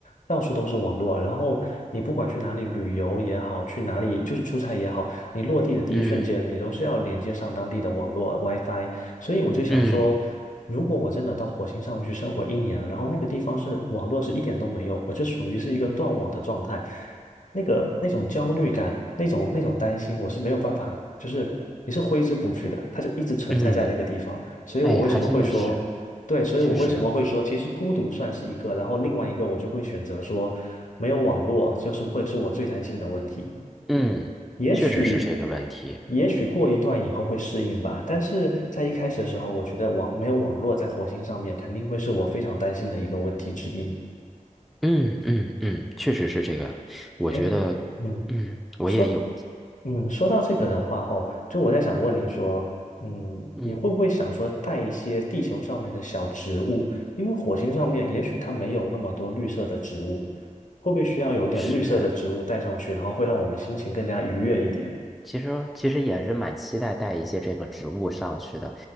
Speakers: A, on the left; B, in the centre.
A: 到处都是网络，然后你不管去哪里旅游也好，去哪里就是出差也好，你落地的第一瞬间，
B: 嗯
A: 你都是要连接上当地的网络 WiFi，所以我就想说，
B: 嗯
A: 如果我真的到火星上面去生活一年，然后那个地方是网络是一点都没有，我就属于是一个断网的状态。那个那种焦虑感，那种那种担心，我是没有办法，就是你是挥之不去的，它就一直存在在那个地方。
B: 嗯，
A: 所以我为什么会说，
B: 哎，还真的是，
A: 对，所以我为什么会说，
B: 确实，
A: 其实孤独算是一个，然后另外一个我就会选择说，没有网络就是会是我最担心的问题。
B: 嗯，
A: 也许，
B: 确实是这个问题。
A: 也许过一段以后会适应吧，但是在一开始的时候，我觉得网没有网络在火星上面肯定会是我非常担心的一个问题之一。
B: 嗯嗯嗯，确实是这个。我觉得，
A: 哎，嗯，
B: 嗯，我也有，
A: 说。嗯，说到这个的话，
B: 嗯
A: 吼，就我在想问你说，
B: 嗯
A: 嗯，
B: 嗯，
A: 你会不会想说带一些地球上面的小植物？因为火星上面也许它没有那么多绿色的植物，会不会需要有点绿色的植物带上去，
B: 是。
A: 然后会让我们心情更加愉悦一点？
B: 其实其实也是蛮期待带一些这个植物上去的，